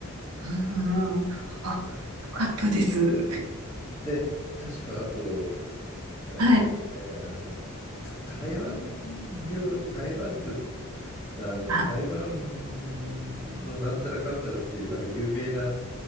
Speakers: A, on the right; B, on the left.
A: うんうんうん。あ、よかったです。<laughs>
B: で確かあとえーっとね、
A: はい。
B: あの、た台湾料、台湾の、あの、
A: あ、
B: 台湾のなんたらかんたらっていう、なんか有名な、